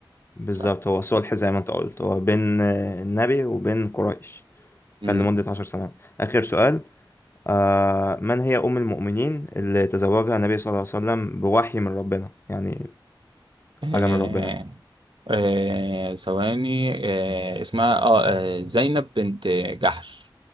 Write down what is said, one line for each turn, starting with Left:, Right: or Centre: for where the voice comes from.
Left: بالظبط
Right: مش
Left: هو صلح زي ما أنت قلت هو بين آه، النبي وبين قريش
Right: عارف
Left: كان لمدة عشر سنوات آخر سؤال آه، من هي أم المؤمنين اللي تزوجها النبي صلى الله عليه وسلم بوحي من ربنا يعني
Right: آه
Left: حاجة من ربنا
Right: آه ثواني آه اسمها اه آه، زينب بنت جحش